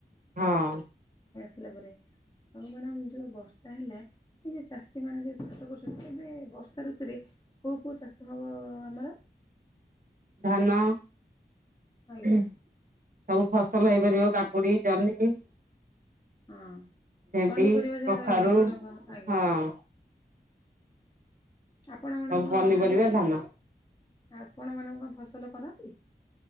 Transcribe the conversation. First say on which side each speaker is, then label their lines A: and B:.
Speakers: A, on the right (about 50°); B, on the left (about 20°).
A: ହଁ।
B: ହେଲା ପରେ ଆଉ ମାନ ଯେଉଁ ବର୍ଷା ହେଲା ଏ ଯେଉଁ ଚାଷୀମାନେ ଯେଉଁ ଚାଷ କରୁଛନ୍ତି ଏବେ ବର୍ଷା ଋତୁରେ କଉ କଉଁ ଚାଷ ହବ ଆମର
A: ଧାନ
B: ଆଜ୍ଞା
A: ସବୁ ଫସ୍ ହେଇପାରିବ କାକୁଡି ଜହ୍ନି।
B: ହଁ।
A: ଭେଣ୍ଡି
B: ପନିପରିବା ଯାହା
A: କଖାରୁ
B: ରହିଲା ଝୁଡଙ୍ଗ ଆଜ୍ଞା
A: ହଁ
B: ଆପଣ ମାନଙ୍କୁ
A: ସବୁ
B: କଣ
A: ପନିପରିବା
B: ଲଗାନ୍ତି?
A: ଧାନ
B: ଆପଣମାନଙ୍କୁ କଣ ଫସଲ କରନ୍ତି।